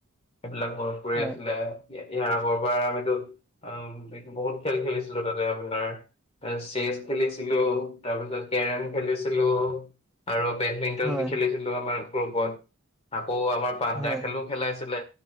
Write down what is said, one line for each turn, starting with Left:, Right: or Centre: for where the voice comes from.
Left: সেইবিলাক মন পৰি
Centre: হয়
Left: আছিলে। এতিয়া ইয়াৰ আগৰবাৰ আমিতো অ' এইটো বহুত খেল খেলিছিলো তাতে আপোনাৰ চেচ খেলিছিলো তাৰ পিছত কেৰম খেলিছিলো। খেলো আৰু বেডমিন্টন
Centre: হয়
Left: খেলিছিলো আমাৰ বন্ধু লগত। অ' আমাৰ পান্দা
Centre: হয়
Left: খেলো খেলাই আছিলে।